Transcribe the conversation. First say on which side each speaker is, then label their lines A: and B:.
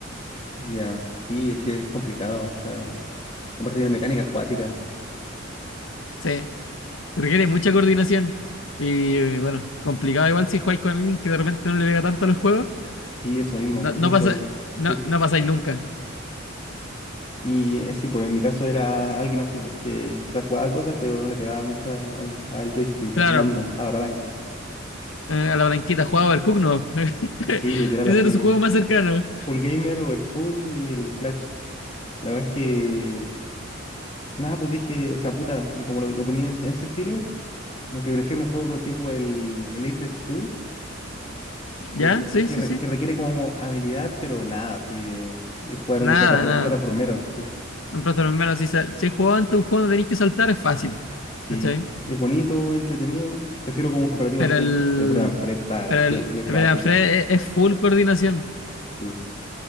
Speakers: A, on the left (about 30°); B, on the left (about 75°).
A: Ya, sí, es que es complicado. O sea, aparte tiene mecánicas acuáticas.
B: Sí. Requiere mucha coordinación. Y eh, bueno, complicado igual si jugáis con alguien que de repente no le pega tanto a los juegos.
A: Sí, eso mismo.
B: No,
A: Por ejemplo,
B: no, pasa, no,
A: sí,
B: no pasáis nunca.
A: Y eh, sí, pues en mi caso era alguien así, pues que, o sea, jugaba cosas, pero no le pegaba mucho a- al, al joystick,
B: Claro,
A: al mando,
B: po.
A: a la palanca.
B: Eh, a la blanquita jugaba el Cook, no. <laughs>
A: Sí, literal
B: Ese
A: así.
B: era su juego más cercano.
A: Full Gamer, Overcooked y el Clutch. La verdad es que, nada, pues dije, o sea, puta, así como lo, lo ponía en ese estilo, como que prefiero un juego tipo el, el Apex 2,
B: ¿Ya?
A: que,
B: Sí,
A: que,
B: sí,
A: re-
B: sí.
A: que requiere como habilidad, pero nada, así, eh, es jugar
B: Nada,
A: un, plataform,
B: nada.
A: un plataformero, sí.
B: En Plaza de los menos, si, sa- si jugado ante un juego no tenéis que saltar, es fácil.
A: Sí,
B: ¿Cachai?
A: es bonito, entretenido. Prefiero como un cooperativo
B: Pero
A: así,
B: el.
A: pero Bredan Fred está
B: Pero el.
A: terrible acuático.
B: pero Fred es, es full coordinación.
A: Sí,